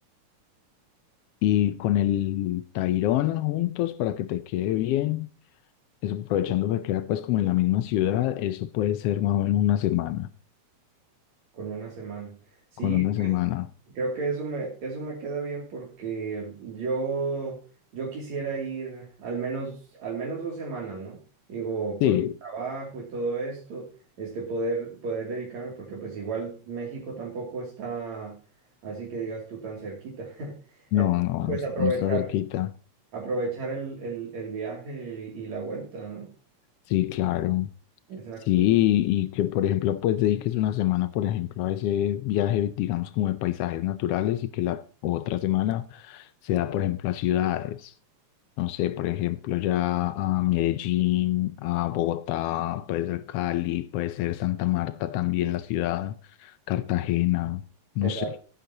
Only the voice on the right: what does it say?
con una semana? Sí,
Creo que eso me, eso me queda bien porque yo, yo quisiera ir al menos, al menos dos semanas, ¿no? Digo, por
mi trabajo y todo esto, este, poder, poder dedicarme, porque pues igual México tampoco está así que digas tú tan cerquita. <laughs>
Entonces,
pues aprovechar,
aprovechar el, el, el viaje y, y la vuelta, ¿no?
Exacto.
Exacto.